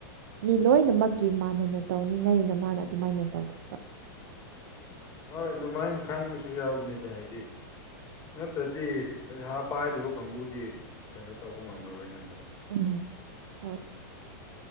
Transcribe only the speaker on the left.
ꯍꯣꯏ ꯑꯗꯨꯃꯥꯏꯅ ꯈꯟꯕꯁꯨ ꯌꯥꯎꯕꯅꯤꯗ ꯍꯥꯏꯗꯤ ꯅꯠꯇꯗꯤ ꯄꯩꯁꯥ ꯄꯥꯏꯗꯕ ꯀꯥꯡꯕꯨꯗꯤ ꯀꯩꯅꯣ ꯇꯧꯕ ꯉꯝꯃꯔꯣꯏꯅ ꯑꯗꯣ